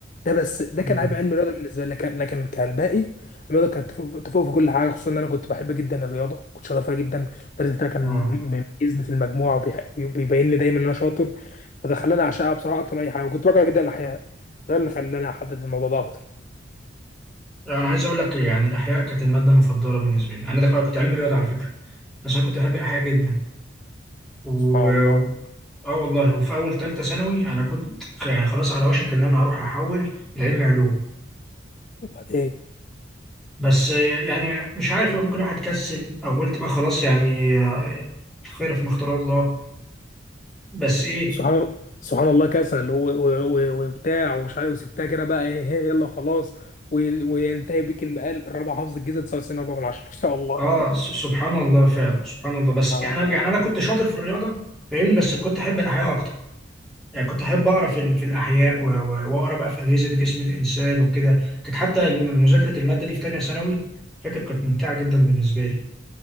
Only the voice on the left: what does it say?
ده بس ده
كان عيب علم الرياضه بالنسبه لي لكن لكن كالباقي الرياضه كانت تفوق تفوق في كل حاجه خصوصا ان انا كنت بحب جدا الرياضه كنت شاطر فيها جدا المدرس بتاعي كان
مميزني في المجموعه وبيبين لي دايما ان انا شاطر فده خلاني اعشقها بصراحه اكتر من اي حاجه وكنت بكره جدا الاحياء ده اللي خلاني احدد الموضوع ده اكتر
سبحان الله
وبعدين
سبحان سبحان الله كسل و- و- و- وبتاع ومش عارف وسبتها كده بقى ايه إيه، يلا خلاص وينتهي بك المقال الرابع حافظ الجيزه 99 4 من 10 ما شاء الله
سبحان
الله
والله